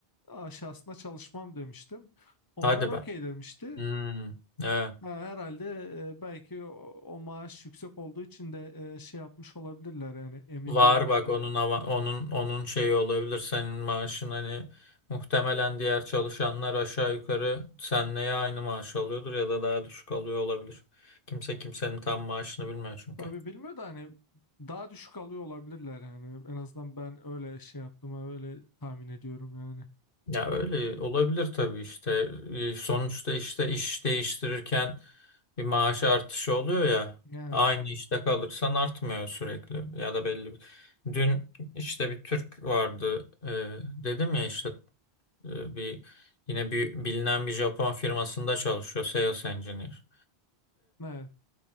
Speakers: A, on the left; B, on the left.
A: aşağısına çalışmam demiştim. Onlar
B: Hadi
A: okey
B: be.
A: demişti.
B: Hmm, evet.
A: Ha, herhalde e, belki o, o maaş yüksek olduğu için de e, şey yapmış olabilirler yani emin
B: Var
A: değilim.
B: bak onun ava- onun onun şeyi olabilir senin maaşın hani muhtemelen diğer çalışanlar aşağı yukarı senle ya aynı maaş alıyordur ya da daha düşük alıyor olabilir. Kimse kimsenin tam maaşını bilmiyor çünkü.
A: Tabii bilmiyor da hani daha düşük alıyor olabilirler yani en azından ben öyle şey yaptım öyle tahmin ediyorum yani.
B: Ya öyle olabilir tabii işte. E, Sonuçta işte iş değiştirirken bir maaş artışı oluyor ya.
A: Evet.
B: Aynı işte kalırsan artmıyor sürekli ya da belli. bir- Dün işte bir Türk vardı. e, dedim ya işte e, bir yine bir bilinen bir Japon firmasında çalışıyor sales engineer.
A: Evet.